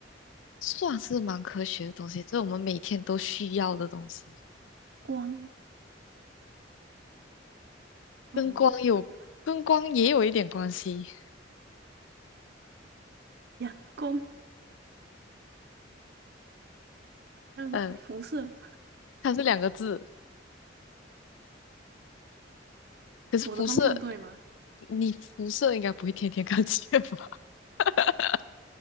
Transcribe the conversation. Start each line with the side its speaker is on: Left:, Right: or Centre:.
Left: 算是蛮科学的东西，这是我们每天都需要的东西，
Right: 光，光好像不看，
Left: 跟光有跟光也有一点关系。
Right: 阳光那个辐射，
Left: 嗯，它是两个字，可是辐射，
Right: 我的方向对吗？
Left: 你辐射应该不会天天 <laughs> 看见吧？<laughs>